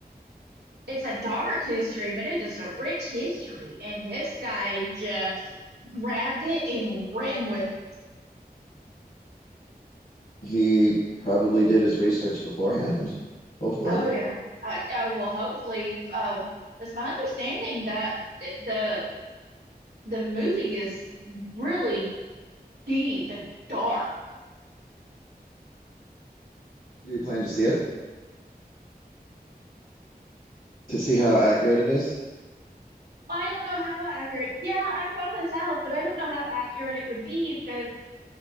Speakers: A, on the right; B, on the left.
A: It's a dark history, but it is a rich history, and this guy just grabbed it and ran with it.
B: He probably did his research beforehand, hopefully.
A: Oh yeah. I uh, well, hopefully, um, it's my understanding that it, the the movie is really deep and dark.
B: Do you plan to see it? To see how accurate it is?
A: Well, I don't know how accurate. Yeah, I'm from the South, but I don't know how accurate it would be because